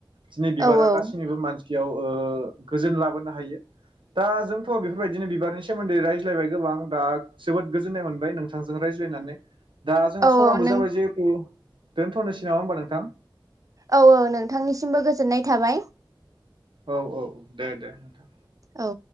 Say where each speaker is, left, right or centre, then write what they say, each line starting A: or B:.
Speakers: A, on the right; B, on the right.
A: दिनै बिबारा
B: औ औ
A: गासैनिबो मानसि ओ गोजोन लाबोनो हायो दा जोंथ बेखौ बेबायदिनो बिबार सोमोन्दै रायज्लायबाय । गोबां दा जोबोद गोजोन्नाय मोनबाय नोंथांजों रायज्लायनानै। दा जोंहा
B: औ
A: समाबो
B: औ नों
A: जाबाय जिहेथु दोनथ'नोसै नामा होनबा नोंथां?
B: औ औ नोंथांनिसिमबो गोज गोजोननाय थाबाय।
A: औ औ दे दे नोंथां।
B: औ